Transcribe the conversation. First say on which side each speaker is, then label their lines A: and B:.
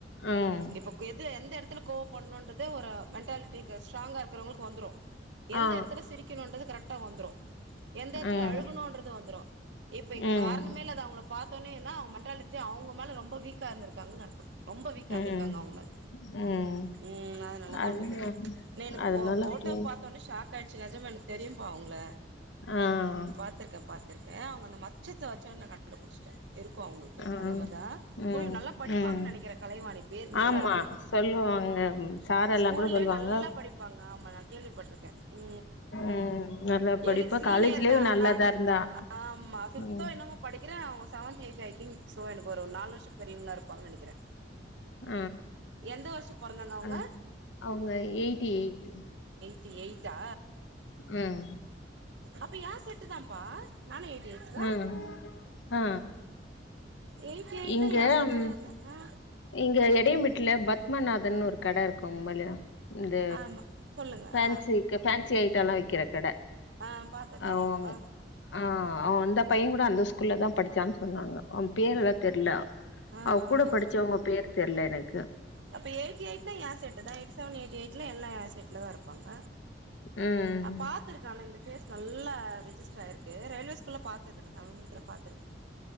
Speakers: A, on the left (about 75°); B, on the right (about 70°).
A: ம்,
B: இப்ப எது எந்த எந்த எடத்துல கோவ படனுங்கிரது ஒரு மென்டாலிட்டிக்கு ஸ்ட்ராங்கா இருக்கறவங்களுக்கு வந்துரோ எந்த
A: ஆ,
B: எடத்துல சிரிக்கணுன்றத கரெக்ட் டா வந்துரு எந்த
A: ம்,
B: எட்த்துல அழுகணோ வந்துரோ இப்ப
A: ம்,
B: காரணமே இல்லாத அவங்கள பாத் பாத்தோனேயனா அவங்க மென்டாலிட்டி அவங்க மேல ரொம்ப வீக்காயிருந்துக்காங்கனு அர்த்தோ ரொம்ப வீக்காந்திருக்காங்க
A: ம்,
B: அவங்க மேல
A: ம்.
B: உ அது நாலதா
A: அதுனால
B: அப்டி இருந்திருக்காங்க இன்னு எனக்கு
A: அதனால
B: ஃபோட்டு
A: அப்படியே
B: பாத்த ஒன்னே ஷாக் காயிடுச்சு நெஜமா எனக்கு தெரியு மா அவுங்கள
A: ஆ
B: நா பாத்திருக்கே பாத்திருக்கே அவங்க அந்த மச்சத்த வச்சே நா கண்டுபிடிச்ட்டே இருக்கு அவங்களுக்கு
A: ஆ,
B: அந்த மாரிதா
A: ம்,
B: ஸ்கூல்ல நல்லா படிப்பாங்கனு
A: ம்.
B: நெனைக்கிறே கலைவாணி பேர் நல்லா
A: ஆமா.
B: இருக்கு
A: சொல்லுவாங்க. ம், சாரெல்லாம்
B: ஸ்கூல்ல
A: கூட சொல்லுவாங்க.
B: நல்லா படிப்பாங்க ஆமா நா கேள்விபட்ருக்கே உ
A: ம். நல்லா படிப்பா
B: எனக்கு சீனியர்தா
A: காலேஜ்லயும் நல்லா
B: நானு
A: தான் இருந்தா.
B: ஆமா ஃபிப்தோ
A: ம்,
B: என்னமோ படி நெனைக்கிரே அவங்க seventh eighth I think so எனக்கு ஒரு நாலுவருஷோ பெரியவங்களா இருப்பாங்கனு நெனைக்கிறே
A: உ
B: எந்த வருஷோ பொறந்தாங்க அவுங்க
A: அ அவங்க எயிட்டி எயிட்
B: ட்டி எயிட்டா
A: ம்
B: அப்ப ஏ செட்டு தாம்பா நானு எய்ட்டி எய்ட்டுதா
A: ம், ஆ.
B: எய்டி எய்ட்னா
A: இங்க
B: ஏ செட்டுதாக்கா
A: ம்
B: ஆ
A: இங்க எடையமெட்டுல பத்மநாதன்னு ஒரு கட இருக்கும்மல இந்த
B: ஆமா சொல்லுங்க
A: ஃபேன்ஸி
B: ஆ
A: க ஃபேன்ஸி ஐட்டொல்லா விக்கிற கட
B: ஆ பாத்தா
A: அ
B: தெரியு
A: ஒங்
B: ஆ
A: அ ஒ அந்த பையங்குட அந்த ஸ்கூல்ல தா படு ச்சான் சொன்னாங்க அவ பேரலா தெர்ல
B: ஆ
A: அவ
B: ஆ
A: கூட
B: ஆ
A: படி பேர் தெர்ல எனக்கு
B: அப்ப எயிட்டி எயிட்னா ஏ செட்டு தா எயிட்டி செவன் எயிட்டி எயிட்லா எல்லா ஏ செட்ல தா இருப்பாங்க
A: ம்
B: நா பாத்துருக்க ஆன இந்த ஃபேஸ் நல்லா ரிஜிஸ்டர் ஆயிருக்கு ரயில்வே ஸ்கூல்ல பாத்துருக்கே நா தமிழ் மீடியத்துல பாத்துருக்கே